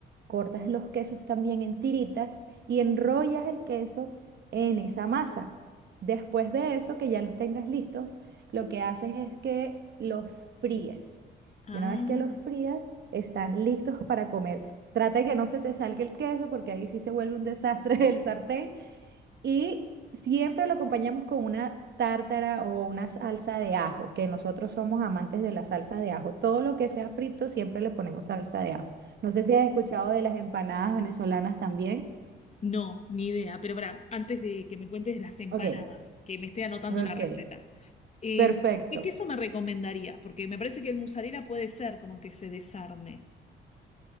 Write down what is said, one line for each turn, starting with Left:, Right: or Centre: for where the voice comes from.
Right: cortas los quesos también en tiritas y enrollas el queso en esa masa. Después de eso, que ya los tengas listos, lo que haces es que los fríes.
Left: Ah,
Right: Y una vez que los frías, están listos para comer. Trata de que no se te salga el queso porque ahí sí se vuelve un desastre <laughs> el sartén. Y siempre lo acompañamos con una tártara o una salsa de ajo, que nosotros somos amantes de la salsa de ajo. Todo lo que sea frito siempre le ponemos salsa de ajo. No sé si has escuchado de las empanadas venezolanas también.
Left: No, ni idea. Pero para, antes de que me cuentes de las empanadas,
Right: Ok,
Left: que me estoy anotando
Right: ok,
Left: la receta, eh,
Right: perfecto.
Left: ¿qué queso me recomendarías? Porque me parece que el mozzarella puede ser como que se desarme.